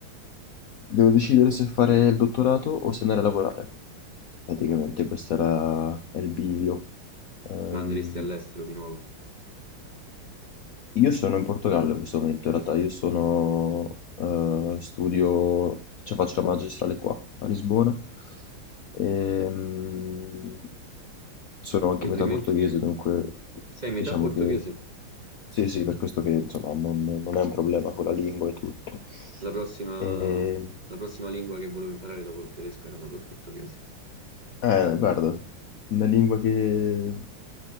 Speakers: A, on the left; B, on the right.
A: Devo decidere se fare il dottorato o se andare a lavorare. Praticamente questo era è il bivio. Ehm,
B: Ma andresti all'estero di nuovo?
A: Io sono in Portogallo in questo momento, in realtà io sono, eh, studio, cioè faccio la magistrale qua a Lisbona, Ehm, sono anche
B: Complimenti.
A: metà portoghese, dunque
B: Sei metà
A: diciamo
B: portoghese.
A: che sì, sì, per questo che insomma non, non è un problema con la lingua e tutto.
B: La prossima,
A: Ehm,
B: la prossima lingua che volevo imparare dopo il tedesco era proprio il portoghese.
A: eh, guarda, una lingua che